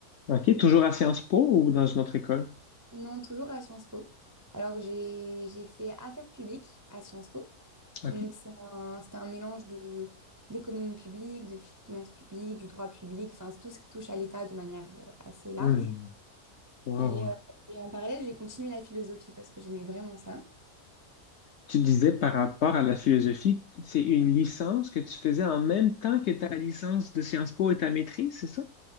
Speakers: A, on the left; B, on the right.
A: Ok, toujours à Sciences Po ou dans une autre école?
B: Non, toujours à Sciences Po. Alors, j'ai, j'ai fait affaires publiques à Sciences Po.
A: Ok.
B: Donc, c'est un, c'est un mélange de, d'économie publique, de finances publiques, du droit public, enfin, c'est tout ce qui touche à l'État de manière euh, assez large.
A: Hmm. Wow.
B: Et, euh, et en parallèle, j'ai continué la philosophie parce que j'aimais vraiment ça.
A: Tu disais par rapport à la philosophie, c'est une licence que tu faisais en même temps que ta licence de Sciences Po et ta maîtrise, c'est ça?